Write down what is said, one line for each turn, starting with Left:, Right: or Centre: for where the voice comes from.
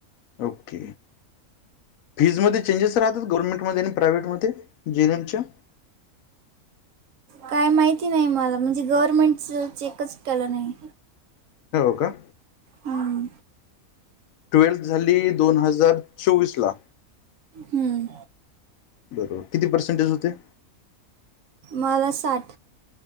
Left: ओके फीजमध्ये चेंजेस राहतात गर्मेंट मध्ये प्रायवट मध्ये जेएनएमच्या?
Right: काय ती नाही मला म्हणजे गव्हर्नमेंटच चेकच केला नाही.
Left: हो का?
Right: हं.
Left: ट्वेल्थ झाली दोन हजार चोवीसला,
Right: हं.
Left: बरोबर. किती पर्सेंटेज होते?
Right: मला साठ.